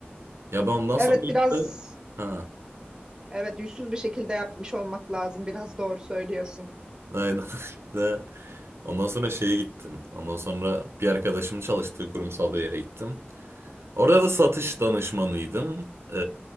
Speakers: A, on the right; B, on the right.
A: Ya ben ondan
B: Evet,
A: sonra işte...
B: biraz
A: Ha,
B: evet yüzsüz bir şekilde yapmış olmak lazım. Biraz doğru söylüyorsun.
A: aynen. <laughs> İşte Ondan sonra şeye gittim. Ondan sonra bir arkadaşımın çalıştığı kurumsal bir yere gittim. Orada da satış danışmanıydım. Ee,